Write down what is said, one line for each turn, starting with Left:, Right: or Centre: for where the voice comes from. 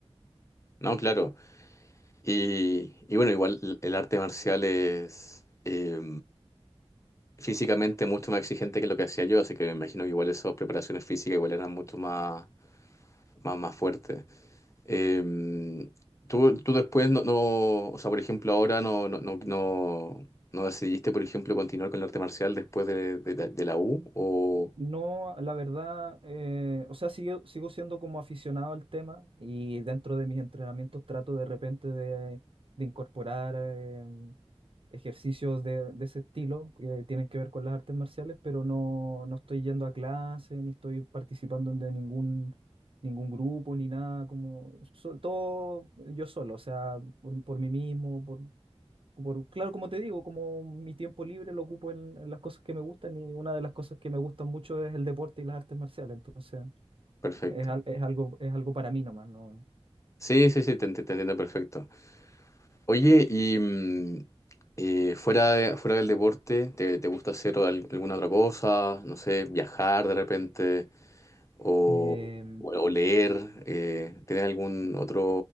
Left: no, claro. Y, y bueno, igual l- el arte marcial es eh, físicamente mucho más exigente que lo que hacía yo, así que me imagino que igual esas preparaciones físicas igual eran mucho más, más, más fuertes. Eh, tú, tú después no, no, o sea, por ejemplo, ahora no, no, no, no, no decidiste, por ejemplo, continuar con el arte marcial después de, de la, de la U o...
Right: No, la verdad, eh, o sea, sigo, sigo siendo como aficionado al tema y dentro de mis entrenamientos trato de repente de, de incorporar eh, ejercicios de, de ese estilo que tienen que ver con las artes marciales, pero no, no estoy yendo a clase, ni estoy participando de ningún, ningún grupo, ni nada, como so- todo yo solo, o sea, por, por mí mismo, por, claro, como te digo, como mi tiempo libre lo ocupo en, en las cosas que me gustan y una de las cosas que me gustan mucho es el deporte y las artes marciales, entonces
Left: Perfecto.
Right: es, al- es algo, es algo para mí nomás, ¿no?
Left: Sí, sí, sí, te, ent- te entiendo perfecto. Oye, y mm, eh, fuera de- fuera del deporte, ¿te, te gusta hacer al- alguna otra cosa? No sé, viajar de repente o,
Right: Em,
Left: o leer. eh, ¿tienes algún otro,